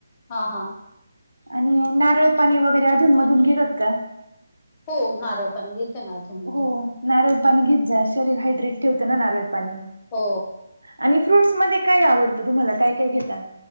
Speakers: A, on the left; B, on the right.
A: हा हा.
B: आणि नारळ पाणी वगैरे अधून मधून घेतात का.
A: हो नारळ पाणी येते ना. अधूनमधून
B: हो नारळ पाणी घेत जा शरीर हायड्रेट ठेवते ना नारळ पाणी.
A: हो
B: आणि फ्रूट्स मध्ये काय आवडतं तुम्हाला काय काय घेता.